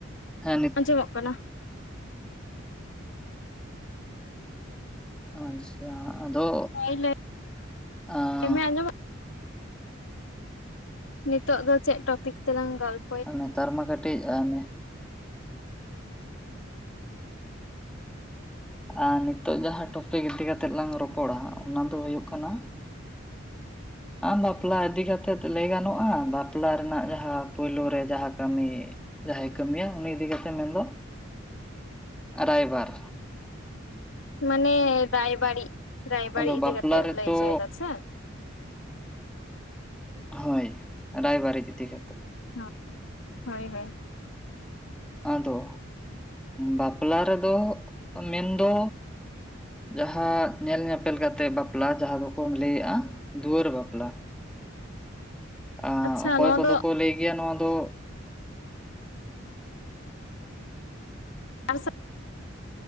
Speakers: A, in the centre; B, on the left (about 80°).
A: ᱦᱮᱸ ᱱᱤᱛ
B: ᱟᱸᱡᱚᱢᱚᱜ ᱠᱟᱱᱟ᱾
A: ᱟᱪᱪᱷᱟ ᱟᱫᱚ
B: ᱦᱳᱭ ᱞᱟᱹᱭ
A: ᱟᱸ
B: ᱢᱮ ᱟᱸᱡᱚᱢ ᱱᱤᱛᱚᱜ ᱫᱚ ᱪᱮᱫ ᱴᱚᱯᱤᱠ ᱛᱮᱞᱟᱝ ᱜᱚᱞᱯ
A: ᱱᱮᱛᱟᱨ ᱢᱟ ᱠᱟᱹᱴᱤᱡ ᱚᱱᱮ ᱟ ᱱᱤᱛᱚᱜ ᱡᱟᱦᱟᱸ ᱴᱚᱯᱤᱠ ᱤᱫᱤ ᱠᱟᱛᱮᱜ ᱞᱟᱝ ᱨᱚᱯᱚᱲᱟ ᱚᱱᱟ ᱫᱚ ᱦᱩᱭᱩᱜ ᱠᱟᱱᱟ, ᱵᱟᱯᱞᱟ ᱤᱫᱤ ᱠᱟᱛᱮᱜ ᱞᱟᱹᱭ ᱜᱟᱱᱚᱜᱼᱟ ᱵᱟᱯᱞᱟ ᱨᱮᱱᱟᱜ ᱡᱟᱦᱟᱸ ᱯᱳᱭᱞᱳ ᱨᱮ ᱡᱟᱦᱟᱸ ᱠᱟᱹᱢᱤ ᱡᱟᱦᱟᱸᱭ ᱠᱟᱹᱢᱤᱭᱟ ᱩᱱᱤ ᱤᱫᱤ ᱠᱟᱛᱮᱜ ᱢᱮᱱ ᱫᱚ ᱨᱟᱭᱵᱟᱨ,
B: ᱢᱟᱱᱮ ᱨᱟᱭᱵᱟᱨᱤᱡ ᱨᱟᱭᱵᱟᱨᱤᱡ
A: ᱟᱫᱚ
B: ᱤᱫᱤ
A: ᱵᱟᱯᱞᱟ
B: ᱠᱟᱛᱮ ᱮᱢ
A: ᱨᱮᱛᱚ
B: ᱞᱟᱹᱭ ᱚᱪᱚᱭᱮᱫᱟ ᱥᱮ?
A: ᱦᱳᱭ ᱨᱟᱭᱵᱟᱨᱤᱡ ᱤᱫᱤ ᱠᱟᱛᱮᱜ᱾
B: ᱦᱚᱜ ᱦᱳᱭ ᱦᱳᱭ᱾
A: ᱟᱫᱚ ᱵᱟᱯᱞᱟ ᱨᱮᱫᱚ ᱢᱮᱱᱫᱚ᱾ ᱡᱟᱦᱟᱸ ᱧᱮᱞ ᱧᱮᱯᱮᱞ ᱠᱟᱛᱮᱜ ᱵᱟᱯᱞᱟ ᱡᱟᱦᱟᱸ ᱫᱚᱠᱚ ᱞᱟᱹᱭᱮᱜᱼᱟ, ᱫᱩᱣᱟᱹᱨ ᱵᱟᱯᱞᱟ᱾ ᱟ
B: ᱟᱪᱪᱷᱟ
A: ᱚᱠᱚᱭ
B: ᱱᱚᱣᱟ
A: ᱠᱚᱫᱚ
B: ᱫᱚ
A: ᱠᱚ ᱞᱟᱹᱭ ᱜᱮᱭᱟ ᱱᱚᱣᱟ ᱫᱚ,
B: ᱟᱨ ᱥᱟ